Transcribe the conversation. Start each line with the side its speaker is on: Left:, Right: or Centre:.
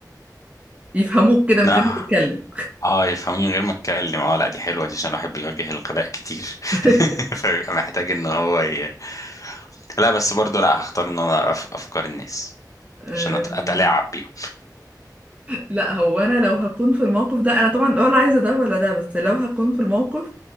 Right: يفهموك كده من غير
Left: اه
Right: ما تتكلم
Left: اه يفهموني من غير ما اتكلم اه لا دي حلوه دي عشان الواحد بيواجه الغباء كتير
Right: <laughs>
Left: <laughs> فبيبقى محتاج ان هو ي... لا بس برضو لا هختار ان انا اعرف افكار الناس
Right: أم،
Left: عشان أت- اتلاعب بيهم
Right: لا هو انا لو هكون في الموقف ده انا طبعا ولا عايزه ده ولا ده بس لو هكون في الموقف